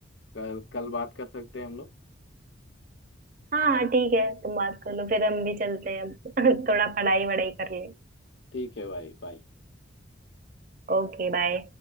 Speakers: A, on the left; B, on the right.
A: कल कल बात कर सकते हैं हम लोग
B: हाँ हाँ ठीक है तुम बात कर लो फिर हम भी चलते हैं अब <laughs> थोड़ा पढ़ाई वढ़ाई कर ले
A: ठीक है भाई बाय
B: Okay bye